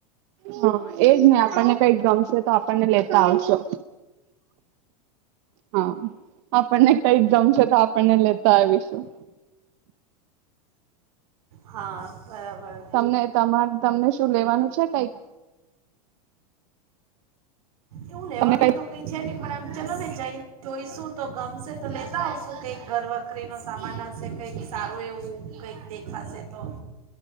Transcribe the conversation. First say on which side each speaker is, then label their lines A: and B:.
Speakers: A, on the right; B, on the right.
A: હા એજ ને આપણને કઈક ગમશે તો આપણને લેતા આવશો હા આપણને કઈક ગમશે તો આપણને લેતા આવીશું.
B: હા. બરાબર
A: તમને તમા તમને શું લેવાનું. આવું છે કંઈક
B: એવું લેવાનું
A: કઈક
B: તો કઈ છે નહી પણ આમ ચલો ને જઈન. જોઈશું તો ગમશે તો લેતા આવશું કઈક ઘરવખરીનો સામાન હશે કઈક સારું એવું કઈક દેખાશે તો.